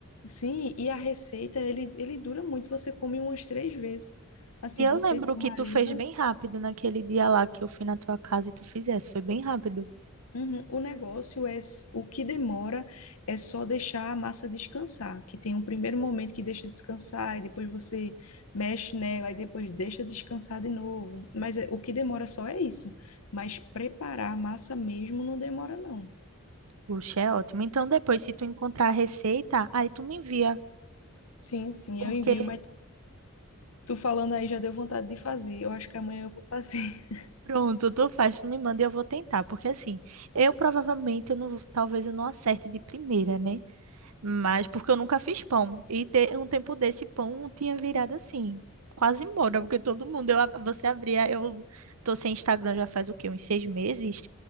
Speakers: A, on the left (about 80°); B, on the right (about 85°).
A: Sim, e a receita, ele, ele dura muito, você come umas três vezes. Assim,
B: E eu
A: você
B: lembro
A: e seu
B: que
A: marido,
B: tu fez bem rápido naquele dia lá que eu fui na tua casa e tu fizesse. Foi bem rápido.
A: uhum, o negócio é, s- o que demora é só deixar a massa descansar, que tem um primeiro momento que deixa descansar, e depois você mexe nela, e depois deixa descansar de novo. Mas é- o que demora só é isso. Mas preparar a massa mesmo não demora, não.
B: Puxa, é ótimo. Então, depois, se tu encontrar a receita, aí tu me envia.
A: Sim, sim,
B: Porque
A: eu envio, mas tu falando aí já deu vontade de fazer. Eu acho que amanhã eu vou fazer. <laughs>
B: Pronto, tu faz, tu me manda e eu vou tentar, porque assim, eu provavelmente, eu não, talvez eu não acerte de primeira, né? Mas porque eu nunca fiz pão, e ter um tempo desse pão tinha virado assim, quase embora, porque todo mundo, eu, você abria, eu tô sem Instagram já faz o quê, uns seis meses?